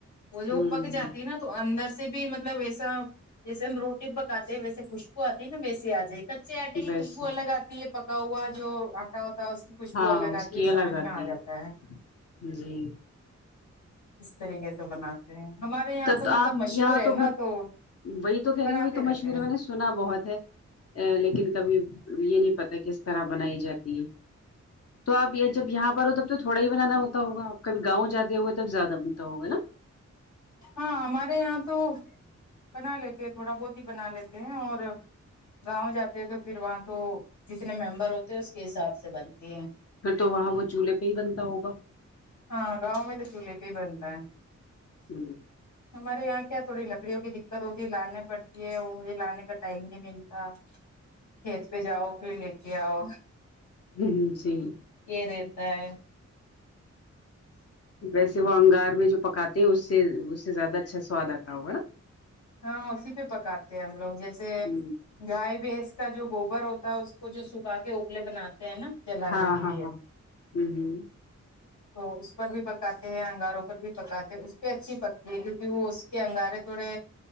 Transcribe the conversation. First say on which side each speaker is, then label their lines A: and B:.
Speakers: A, on the left (about 80°); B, on the left (about 55°).
A: وہ جو
B: ہوں
A: پک جاتی نا تو اندر سے بھی مطلب ایسا جیسے ہم رو بکاتے ویسے خوشبو آتی ہے نا ویس آ جائے کچے آٹے کی
B: بس
A: خوشبو الگ آتی ہے پکا ہوا جو آٹا ہوتا ہے اس کی خوشبو
B: ہاں
A: الگ
B: اس
A: آتی
B: کی
A: ہے
B: الگ
A: سمجھ
B: آتی
A: میں آ جاتا ہے
B: ہے جی
A: اس طریقے سے بناتے ہیں ہمارے یہاں
B: تب
A: تو
B: آپ
A: مطلب مشہور
B: یہاں
A: ہے
B: بہت
A: نا تو
B: وہی تو کہہ رہیوںی
A: بناتے
B: تو مشہور
A: رہتے ہیں
B: ہے میں نے سنا بہت ہے لیکن کبھی یہ نہیں پتا کس طرح بنائی جاتی ہے تو اپ یہ جب یہاں پر ہو تب تو تھوڑا ہی بنانا ہوتا ہوگا اپ کب گاؤں جاتے ہوئے تب زیادہ بنتا ہوگا نا
A: ہاں ہمارے یہاں تو بنا لیتے ہے تھوڑا بہت ہی بنا لیتے ہے اور گاؤں جاتے ہیں تو پھر وہاں تو جتنے ممبر ہوتے ہے اس کے حساب سے بنتی ہے
B: پھر تو وہاں وہ چولہے پہ ہی بنتا ہوگا
A: ہاں گاؤں میں تو چولہے پہ بنتا ہے
B: ہ
A: ہمارے یہاں کیا تھوڑی لکڑیوں کی دقت ہوتی ہے لانی پڑتی ہے اور مجھے لانے کا ٹائم نہیں ملتا کھیت پہ جاؤ پھر لے کے اؤ
B: ہم صحیح
A: یہ رہتا ہے
B: ویسے وہ انگار میں جو پکاتے ہیں اس سے اس سے زیادہ اچھا سواد اتا ہوگا نا
A: ہاں اسی پہ پکاتے ہم لوگ جیسے
B: ہ
A: گائے بھینس کا جو گوبر ہوتا ہے اس کو جو سکھا کے اوپلے بناتے ہیں نا جلانے
B: ہاں
A: کے
B: ہاں
A: لیے
B: ہاں ہم ہم
A: تو اس پر بھی پکاتے ہیں انگاروں پر بھی پکاتے ہیں اس پہ اچھی پکتی ہے کیونکہ وہ اس کے انگارے تھوڑے